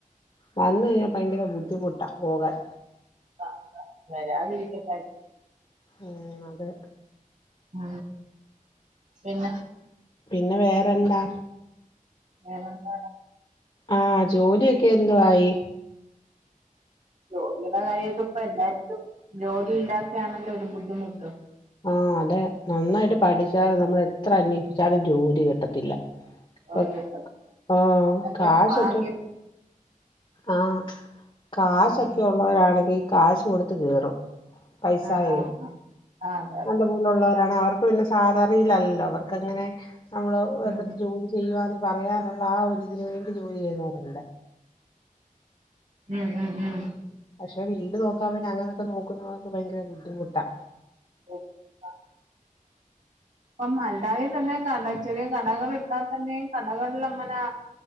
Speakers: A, on the left (about 35°); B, on the right (about 60°).
A: വന്നൈഞ്ഞാ ഭയങ്കര ബുദ്ധിമുട്ടാ പോകാൻ
B: ആഹ് വരാതിരിക്കട്ടെ ആര്ക്കും
A: ഉം അതെ
B: ഉം പിന്നെ
A: പിന്നെ വേറെന്താ
B: വേറെന്താ
A: ആഹ് ജോലിയൊക്കെ എന്തുവായി
B: ജോലിയുടെ കാര്യൊക്കെപ്പൊ എല്ലാര്ക്കും ജോലി ഇല്ലാത്തെയാണല്ലോ ഒരു ബുദ്ധിമുട്ട്
A: ആഹ് അതെ നന്നായിട്ട് പഠിച്ചാലും നമ്മളെത്ര അന്വേഷിച്ചാലും ജോലി കിട്ടത്തില്ല
B: ജോലി
A: പ
B: കിട്ടാ
A: ആഹ്
B: അതൊക്കെ
A: കാശൊക്കെ
B: ഒരു ഭാഗ്യം
A: ആഹ് കാശൊക്കെള്ളോരാണെങ്കി
B: ഉം
A: കാശ് കൊടുത്ത് കേറും പൈസായേ
B: ആഹ് ആഹ് ആഹ് ആഹ് അതെ അതെ
A: നല്ലപോ ലൊള്ളോരാണെ അവർക്ക് പിന്നെ സാലറിയിലല്ലോ അവർക്കങ്ങനെ നമ്മളൊരിടത്ത്
B: ഉം
A: ജോ ചെയ്യുവാന്ന് പറയാനുള്ള ആ ഒരു ഇതിന് വേണ്ടി ജോലി ചെയ്യുന്നോര്ണ്ട്
B: ഉം ഉം ഉം
A: പശെ വീട് നോക്കാൻ വേണ്ടി അങ്ങനൊക്കെ നോക്കുന്നവർക്ക് ഭയങ്കര ബുദ്ധിമുട്ടാ
B: <inaudible> അപ്പം അല്ലാതേം തന്നെ കട ചെറിയ കടകള് ഇട്ടാ തന്നേം കടകളിലങ്ങനെ